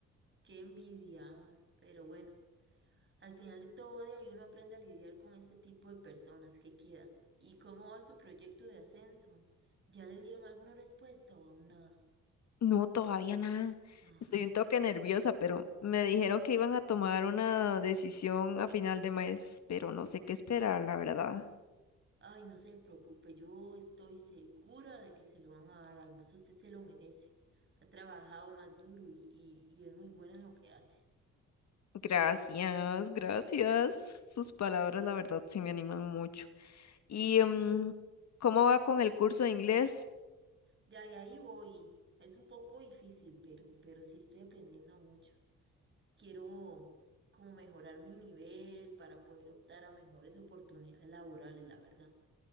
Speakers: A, on the right; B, on the left.
A: Qué envidia, ah, pero bueno. Al final de todo, de ahí uno aprende a lidiar con este tipo de personas que queda. ¿Y cómo va su proyecto de ascenso? ¿Ya le dieron alguna respuesta o aún nada?
B: No, todavía nada.
A: Ay,
B: Estoy un toque nerviosa, pero me dijeron que iban a tomar una decisión a final de mes, pero no sé qué esperar, la verdad.
A: ay, no se preocupe, yo estoy segura de que se lo van a dar. Además, usted se lo merece. Ha trabajado más duro y, y, y es muy buena en lo que hace.
B: Gracias, gracias. Sus palabras, la verdad, sí me animan mucho. ¿Y mm, cómo va con el curso de inglés?
A: De ahí, ahí voy. Es un poco difícil, pero, pero sí estoy aprendiendo mucho. Quiero como mejorar mi nivel para poder optar a mejores oportunidades laborales, la verdad.